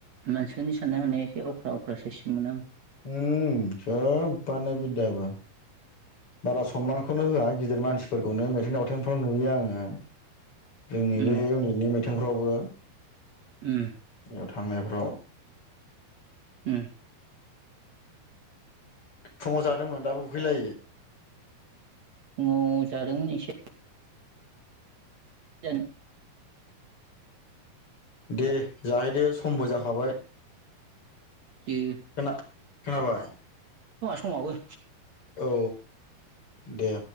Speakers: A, on the right; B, on the left.
A: मानसिफोरनि साननाय हनाया एखे अख्रा अख्रा सायसनि मोनो आं
B: उम सबानो बिदाबा बारा सनमानखौनो होआ गिदिर मानसिफोरखौनो मिथिं दावथिंफ्राव नुयो आंङो जोंनि
A: उम
B: बे इउनिटनि मिथिंफ्रावबो
A: उम
B: बेयाव थांनायफ्राव
A: उम
B: फुंङाव जादोंमोन दाबो उखैलायै
A: फुंङाव जादोंमोन एसे एन <unintelligible>
B: दे जाहैदो समबो जाखाबाय
A: दे
B: खोना खोनाबाय
A: समाबो
B: औ दे